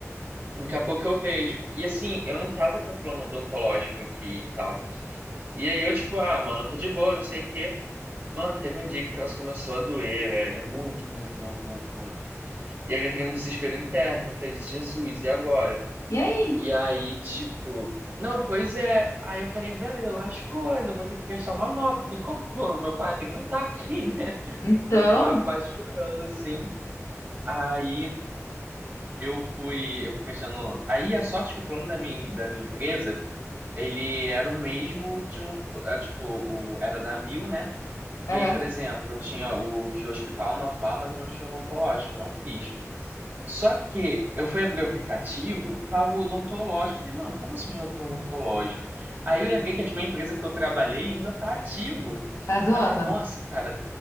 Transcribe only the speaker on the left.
E aí?
Então?
Aham.
Tá zoando?